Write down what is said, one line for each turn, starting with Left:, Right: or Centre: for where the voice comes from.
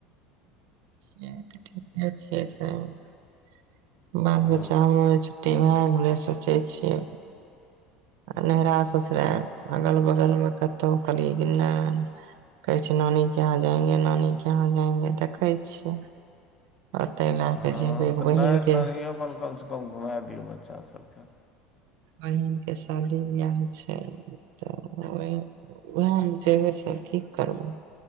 Right: िय तऽ ठीके छियै सभ <unintelligible>
Left: ओ
Right: सोचै छियै नहिरा ससुरारि अगल बगलमे कतहु कहलियै कि नहि कहै छै नानीे यहाँ जायंगे नानीे यहाँ जायंगे देखै छियै ओते लए
Left: हँ
Right: के जेबै
Left: तऽ
Right: बहिन
Left: नहि ननो
Right: के
Left: कन कमसँ कम घुमा दियौ बच्चासभ <inaudible>
Right: बहीन पके शादी बियाह छै तऽ उहमे जेबै से की करबै